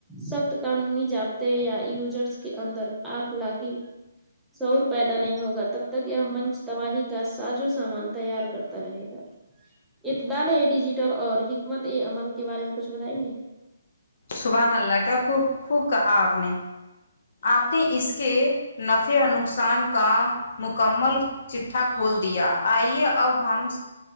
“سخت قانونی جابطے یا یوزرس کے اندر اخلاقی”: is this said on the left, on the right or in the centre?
Centre